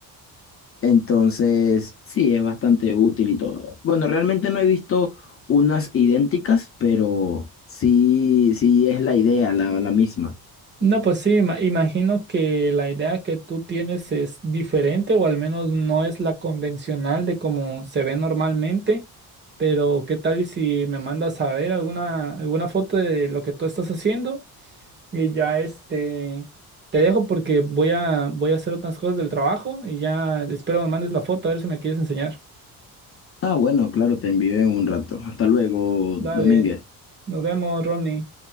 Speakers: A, on the left; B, on the right.
A: Entonces, sí, es bastante útil y todo. Bueno, realmente no he visto unas idénticas, pero sí, sí es la idea, la, la misma.
B: No, pues sí, ima- imagino que la idea que tú tienes es diferente o al menos no es la convencional de cómo se ve normalmente, pero ¿qué tal y si me mandas a ver alguna, alguna foto de lo que tú estás haciendo? Y ya este, te dejo porque voy a, voy a hacer otras cosas del trabajo y ya espero me mandes la foto a ver si me quieres enseñar.
A: Ah, bueno, claro, te envío en un rato. Hasta luego,
B: Dale,
A: Domínguez.
B: nos vemos, Ronnie.